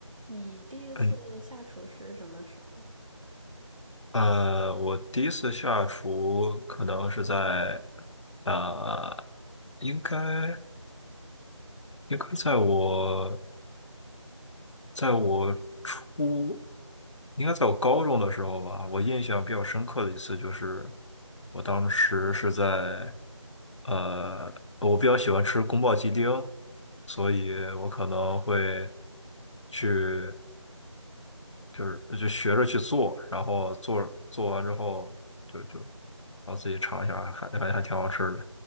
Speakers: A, on the right; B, on the left.
A: 你第一次下厨是什么时候？
B: 嗯，呃，我第一次下厨可能是在，呃，应该应该在我在我初，应该在我高中的时候吧。我印象比较深刻的一次就是，我当时是在，呃，我比较喜欢吃宫保鸡丁，所以我可能会去，就是就学着去做，然后做做完之后。就就然后自己尝一下，还感觉还挺好吃的。